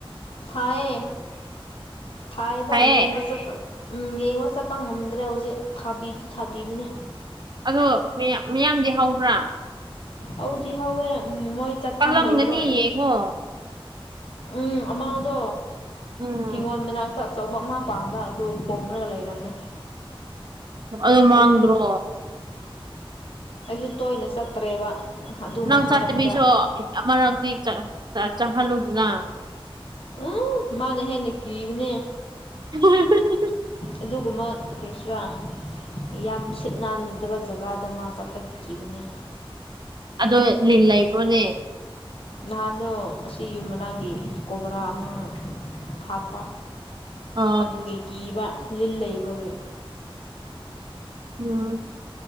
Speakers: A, on the left; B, on the right.
A: ꯊꯥꯏꯌꯦ ꯊꯥꯏꯌꯦꯕ
B: ꯐꯩꯌꯦ
A: ꯌꯦꯡꯕ ꯆꯠꯄ ꯎꯝ ꯌꯦꯡꯕ ꯆꯠꯄ ꯉꯝꯗ꯭ꯔꯦ ꯍꯧꯖꯤꯛ ꯊꯥꯕꯤꯗꯤ ꯊꯥꯕꯤꯕꯅꯦ
B: ꯑꯗꯣ ꯃꯌꯥꯝ ꯃꯌꯥꯝꯗꯤ ꯍꯧꯕ꯭ꯔꯥ
A: ꯍꯧꯗꯤ ꯍꯧꯋꯦ ꯎꯝ ꯃꯣꯏ ꯆꯠꯐꯝ
B: ꯀꯜꯂꯝꯒꯅꯤ
A: ꯂꯩꯗꯕ
B: ꯌꯦꯡꯉꯣ
A: ꯎꯝ ꯑꯃꯥꯗꯣ
B: ꯎꯝ
A: ꯍꯤꯡꯒꯣꯜ ꯃꯅꯥꯛꯇ ꯑꯆꯧꯕ ꯑꯃꯥ ꯄꯥꯟꯕ ꯑꯗꯨ ꯄꯨꯝꯃꯒ ꯂꯩꯔꯝꯃꯦ
B: ꯑꯩ ꯃꯡꯗ꯭ꯔꯣ
A: ꯑꯩꯁꯨ ꯑꯩꯁꯨ ꯇꯣꯏꯅ ꯆꯠꯇ꯭ꯔꯦꯕ ꯑꯗꯨ ꯃꯈꯥꯔꯣꯝꯗ
B: ꯅꯪ ꯆꯠꯇꯕꯤꯁꯨ ꯑꯃꯥꯔꯛꯇꯤ ꯆꯠꯍꯜꯂꯨꯗꯅ
A: ꯎꯝ ꯃꯥꯅ ꯍꯦꯅ ꯀꯤꯕꯅꯦ
B: <unintelligible>
A: ꯑꯗꯨꯒꯨꯝꯕ ꯀ꯭ꯔꯤꯁꯅ ꯌꯥꯝ ꯁꯤꯠ ꯅꯥꯟꯗꯕ ꯖꯒꯥꯗ ꯃꯥ ꯆꯠꯄ ꯀꯤꯕꯅꯦ
B: ꯑꯗꯣ ꯂꯤꯟ ꯂꯩꯕ꯭ꯔꯣꯅꯦ
A: ꯅꯍꯥꯟꯗꯣ ꯑꯁꯤ ꯌꯨꯝ ꯃꯅꯥꯒꯤ ꯀꯣꯕ꯭ꯔꯥ ꯑꯃꯥ ꯍꯥꯠꯄ
B: ꯑ
A: ꯑꯗꯨꯒꯤ ꯀꯤꯕ ꯂꯤꯟ ꯂꯩꯕꯒꯤ
B: ꯎꯝ